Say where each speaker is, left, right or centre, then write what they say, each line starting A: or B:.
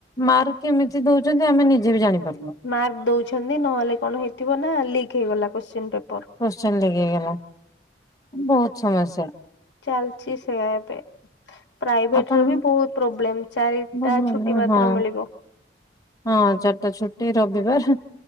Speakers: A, on the left; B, on the left.
A: ମାର୍କ କେମିତି ଦଉଛନ୍ତି ଆମେ ନିଜେ ବି ଜାଣିପାରୁନୁ।
B: ମାର୍କ ଦଉଛି ନି ନହେଲେ କଣ ହେଇଥିବ ନା ଲିକ୍ ହେଇଗଲା କୋଶ୍ଚିନ ପେପର।
A: କୋଶ୍ଚିନ ଲିକ୍ ହେଇଗଲା, ବହୁତ ସମସ୍ୟା।
B: ଚାଲିଛି ସେୟା ଏବେ। ପ୍ରାଇଭେଟରେ
A: ଆପଣ
B: ବି ବହୁତ ପ୍ରୋବ୍ଲେମ ଚାରିଟା
A: ଭଲ
B: ଛୁଟି
A: ଭଲ
B: ମାତ୍ର
A: ହଁ।
B: ମିଳିବ।
A: ହଁ ଚାରିଟା ଛୁଟି ରବିବାର